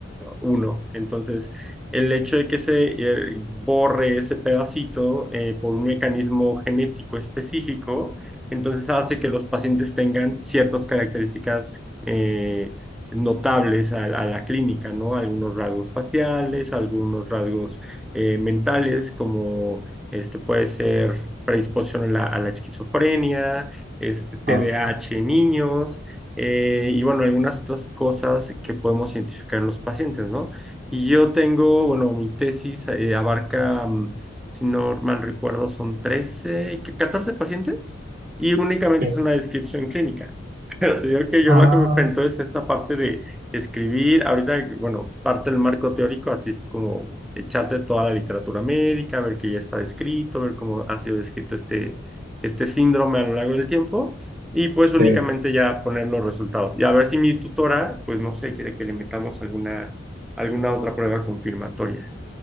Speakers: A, in the centre; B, on the right (about 45°).
A: uno Entonces, el hecho de que se eh, borre ese pedacito eh, por un mecanismo genético específico, entonces hace que los pacientes tengan ciertas características eh, notables a, a la clínica, ¿no? Algunos rasgos faciales, algunos rasgos eh, mentales, como este puede ser predisposición a la a la esquizofrenia este, TDAH
B: ah,
A: en niños, eh, y bueno, algunas otras cosas que podemos identificar en los pacientes, ¿no? Y yo tengo, bueno, mi tesis eh, abarca, mm, si no mal recuerdo, son 13, 14 pacientes y únicamente
B: sí.
A: es una descripción clínica. Pero te digo que yo
B: Ah,
A: lo que me enfrento es esta parte de escribir, ahorita, bueno, parte del marco teórico, así es como echarte toda la literatura médica, ver que ya está descrito, ver cómo ha sido descrito este, este síndrome a lo largo del tiempo, y pues únicamente
B: sí.
A: ya poner los resultados. Y a ver si mi tutora, pues no sé, quiere que le metamos alguna, alguna otra prueba confirmatoria.